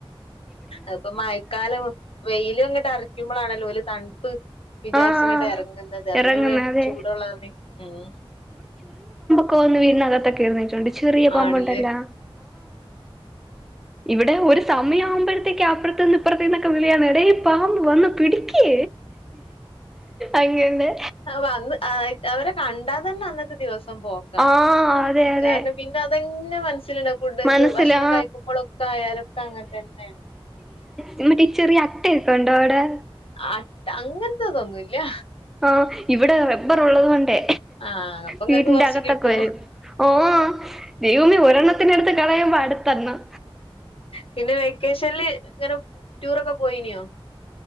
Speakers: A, on the left; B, in the centre.
A: ഇപ്പം മഴക്കാലം വെയിലും അങ്ങോട്ട് അറക്ക്മ്പോളാണല്ലോ തണുപ്പ് വിചാരിച്ചങ്ങോട്ട്
B: ആഹ്
A: എറങ്ങാന്നത് അതിന്
B: ഇറങ്ങുന്ന
A: വേണ്ടി
B: അതെ
A: ചൂടൊള്ളതണെ ഉം
B: ഇപ്പോ ഒന്ന് വീടിനക <unintelligible> ചെറിയ പമ്പുണ്ടാല്ലോ
A: ആണ്ല്ലേ
B: ഇവടെ ഒര് സമയവ്മ്പോഴത്തേക്ക് അപ്പ്റാത്തന്ന് ഇപ്പുറത്തന്നൊക്കെ വിളിയാണ് ടെ പാമ്പ് വന്ന് പിടിക്ക് അങ്ങനെ
A: അപ്പൊ അന്ന് അവരെ കണ്ടാ തന്നെ അന്നത്തെ ദിവസം പോക്കാ
B: ആഹ് അതെ അതെ
A: കാരണം പിന്നെ അത് തന്നെ മന <unintelligible> ഫുഡ് ഇത്
B: മനസ്സിലാ
A: ഭക്ഷണം കഴിക്കുമ്പോഴൊക്കെ ആയാലൊക്കെ അങ്ങനെ തന്നെയാ
B: നീങ്ങാടെ വീട്ടി ഈ ചെറിയ ആട്ടേക്കൊണ്ടോ അവടെ
A: ആട്ടാ അങ്ങനതൊന്നും ഇല്ലാ
B: ആാ ഇവടെ റബ്ബർ ഒള്ളത് കൊണ്ടേ
A: ആാ അപ്പം ഇങ്ങാക്ക്
B: വീടിന്റെ
A: കൊറച്ച്
B: അകത്തൊക്കെ
A: കിട്ടൂ
B: വരും ഓ ദെവാമേ ഒരെണ്ണത്തിനെട്ത്ത് കളയ്മ്പോ അട്ത്തെണ്ണം
A: പിന്നെ വെക്കേഷനില് ഇങ്ങനെ ടൂറൊക്കെ പോയിനിയോ